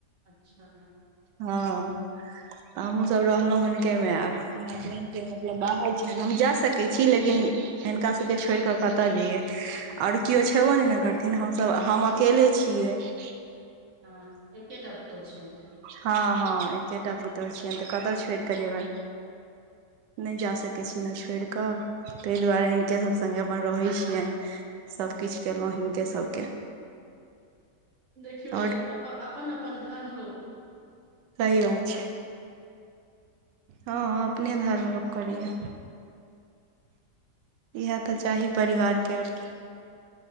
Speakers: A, on the right; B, on the right.
A: अच्छा
B: हँ हमहुँ सब रहलहुँ हुनके मे आ हसबैंड के मतलब बाहर छनि हम जा सकै छी लेकिन हिनका सभके छोड़ि कऽ कतय जइयै और केओ छेबो नहि ने करथिन हमसभ हम अकेले छियै ह <inaudible>
A: हँ एकेटा पुतौह छीयन
B: हँ हँ एके टा पुतौह छियनि तऽ कतह छोड़ि कऽ जेबनि नहि जा सकैत छीय ने छोड़ि कऽ ताहि दुआरे हिनके सभ संगे अपन रहै छियनि सभकिछु केलहुँ हिनके सभके <inaudible>
A: देखियौ
B: आओर
A: ई अपन अपन धर्म लोक
B: सही बात छै हँ अपने धर्म लोक करैया इएह तऽ चाही परिवार के और की